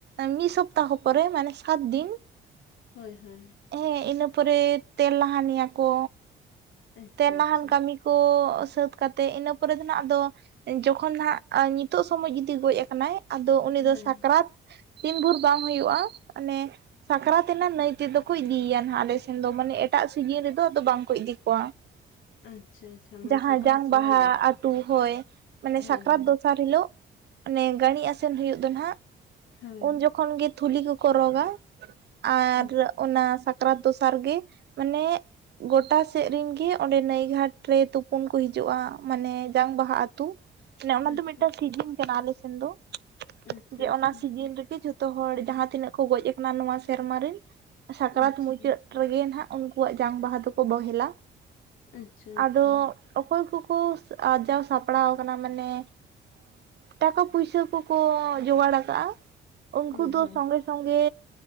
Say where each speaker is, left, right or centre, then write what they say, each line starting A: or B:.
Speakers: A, on the right; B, on the left.
A: ᱢᱤᱫ ᱥᱚᱯᱛᱟᱦᱚ ᱯᱚᱨᱮ ᱢᱟᱱᱮ ᱥᱟᱛ ᱫᱤᱱ
B: ᱦᱳᱭ ᱦᱳᱭ
A: ᱦᱮᱸ ᱤᱱᱟᱹ ᱯᱚᱨᱮ ᱛᱮᱞ ᱞᱟᱦᱟᱱᱤᱭᱟ ᱠᱚ,
B: ᱟᱪᱪᱷᱟ
A: ᱛᱮᱞᱱᱟᱦᱟᱱ
B: ᱟᱪᱪᱷᱟ
A: ᱠᱟᱹᱢᱤ ᱠᱚ ᱥᱟᱹᱛ ᱠᱟᱛᱮᱜ ᱤᱱᱟᱹ ᱯᱚᱨᱮ ᱫᱚ ᱱᱟᱜ ᱟᱫᱚ ᱡᱚᱠᱷᱚᱱ ᱦᱟᱜ ᱱᱤᱛᱚᱜ ᱥᱚᱢᱚᱭ ᱡᱩᱫᱤ ᱜᱚᱡ ᱟᱠᱟᱱᱟᱭ ᱟᱫᱚ ᱩᱱᱤ
B: ᱦᱳᱭ
A: ᱫᱚ ᱥᱟᱠᱨᱟᱛ ᱛᱤᱱ ᱵᱷᱳᱨ ᱵᱟᱝ ᱦᱩᱭᱩᱜ-ᱟ ᱚᱱᱮ ᱥᱟᱠᱨᱟᱛ ᱮᱱᱟ ᱱᱟᱹᱭ ᱛᱮᱫᱚ ᱠᱚ ᱤᱫᱤᱭᱮᱭᱟ ᱱᱟᱦᱟᱜ ᱟᱞᱮᱥᱮᱱ ᱫᱚ ᱢᱟᱱᱮ ᱮᱴᱟᱜ ᱥᱤᱡᱤᱱ ᱨᱮᱫᱚ ᱟᱫᱚ ᱵᱟᱝ ᱠᱚ ᱤᱫᱤ ᱠᱚᱣᱟ᱾
B: ᱟᱪᱪᱷᱟ ᱟᱪᱪᱷᱟ᱾ ᱢᱟᱱᱮ
A: ᱡᱟᱦᱟᱸ
B: ᱥᱟᱠᱨᱟᱛ
A: ᱡᱟᱝ
B: ᱥᱚᱢᱚᱭ
A: ᱵᱟᱦᱟ
B: ᱜᱮ?
A: ᱟᱛᱩ ᱦᱳᱭ ᱢᱟᱱᱮ
B: ᱦᱳᱭ
A: ᱥᱟᱠᱨᱟᱛ
B: ᱦᱳᱭ
A: ᱫᱚᱥᱟᱨ ᱦᱤᱞᱳᱜ ᱚᱱᱮ ᱜᱟᱹᱲᱤ ᱟᱥᱮᱱ ᱦᱩᱭᱩᱜ ᱫᱚ ᱦᱟᱜ
B: ᱦᱳᱭ
A: ᱩᱱ ᱡᱚᱠᱷ ᱠᱷᱚᱱ ᱜᱮ ᱛᱷᱩᱞᱤ ᱠᱚᱠᱚ ᱨᱚᱜᱟ ᱟᱨ
B: ᱟᱪᱪᱷᱟ
A: ᱚᱱᱟ ᱥᱟᱠᱨᱟᱛ ᱫᱚᱥᱟᱨ ᱜᱮ ᱢᱟᱱᱮ ᱜᱚᱴᱟ ᱥᱮᱫ ᱨᱤᱱ ᱜᱮ ᱚᱸᱰᱮ ᱱᱟᱹᱭ ᱜᱷᱟᱴ ᱨᱮ ᱛᱩᱯᱩᱱ ᱠᱚ ᱦᱤᱡᱩᱜᱼᱟ ᱢᱟᱱᱮ ᱡᱟᱝ ᱵᱟᱦᱟ ᱟᱛᱩ ᱢᱟᱱᱮ ᱚᱱᱟ
B: ᱟᱪᱪᱷᱟ
A: ᱫᱚ ᱢᱤᱫᱴᱟᱝ ᱥᱤᱡᱤᱱ ᱠᱟᱱᱟ ᱟᱞᱮ ᱥᱮᱱ ᱫᱚ
B: ᱟᱪᱪᱷᱟ
A: ᱡᱮ ᱚᱱᱟ ᱥᱤᱡᱤᱱ ᱨᱮᱜᱮ ᱡᱷᱚ ᱡᱚᱛᱚ ᱦᱚᱲ ᱡᱟᱦᱟᱸ ᱛᱤᱱᱟᱹᱜ ᱠᱚ ᱜᱚᱡ ᱟᱠᱟᱱᱟ ᱱᱚᱣᱟ ᱥᱮᱨᱢᱟ ᱨᱮᱱ ᱥᱟᱠᱨᱟᱛ
B: ᱟᱪᱪᱷᱟ
A: ᱢᱩᱪᱟᱹᱫ ᱨᱮᱜᱮ ᱱᱟᱦᱟᱜ ᱩᱱᱠᱩᱣᱟᱜ ᱡᱟᱝ ᱵᱟᱦᱟ ᱫᱚᱠᱚ ᱵᱚᱦᱮᱞᱟ᱾
B: ᱟᱪᱪᱷᱟ ᱟᱪᱪᱷᱟ
A: ᱟᱫᱚ ᱚᱠᱚᱭ ᱠᱚᱠᱚ ᱟᱨᱡᱟᱣ ᱥᱟᱯᱲᱟᱣ ᱟᱠᱟᱱᱟ ᱢᱟᱱᱮ ᱴᱟᱠᱟ ᱯᱩᱭᱥᱟᱹ ᱠᱚᱠᱚ ᱡᱚᱜᱟᱲ ᱠᱟᱜᱼᱟ ᱩᱱᱠᱩ
B: ᱦᱳᱭ
A: ᱫᱚ
B: ᱦᱳᱭ
A: ᱥᱚᱸᱜᱮ ᱥᱚᱸᱝᱜᱮ